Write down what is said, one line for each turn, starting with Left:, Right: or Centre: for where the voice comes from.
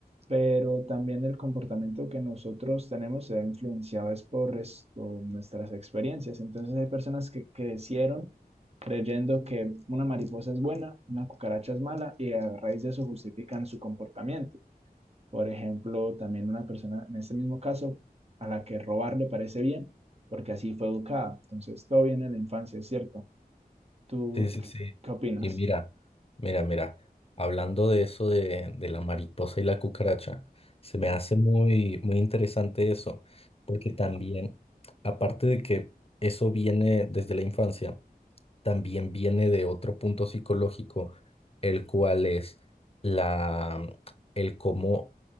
Right: Pero también el comportamiento que nosotros tenemos se ha influenciado es por esto, nuestras experiencias. Entonces hay personas que crecieron creyendo que una mariposa es buena, una cucaracha es mala, y a raíz de eso justifican su comportamiento. Por ejemplo, también una persona, en este mismo caso, a la que robar le parece bien, porque así fue educada. Entonces, todo viene de la infancia, es cierto. ¿Tú
Left: Sí, sí, sí.
Right: qué opinas?
Left: Y mira, mira, mira, hablando de eso de, de la mariposa y la cucaracha, se me hace muy, muy interesante eso, porque también, aparte de que eso viene desde la infancia, también viene de otro punto psicológico, el cual es la, el cómo